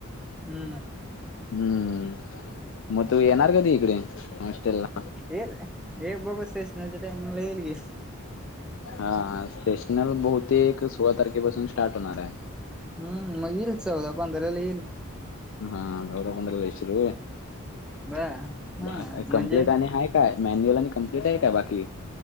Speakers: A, in the centre; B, on the left.
A: हम्म
B: हम्म मग तू येणार कधी इकडे हॉस्टेल ला
A: येल हे बघू स्टेशनाच्या टाइमिंग ला येईल गे
B: हा सेशनल बहुतेक सोळा तारखेपासून स्टार्ट होणार आहे
A: हम्म मग येईल चौदा पंधराला येईल
B: हा नदा पंधराशरू आहे
A: ब हा म्हणजे
B: कमप्लेट आणि आहेा काय मॅन्युअल आणि कमप्लीट आहे का बाकी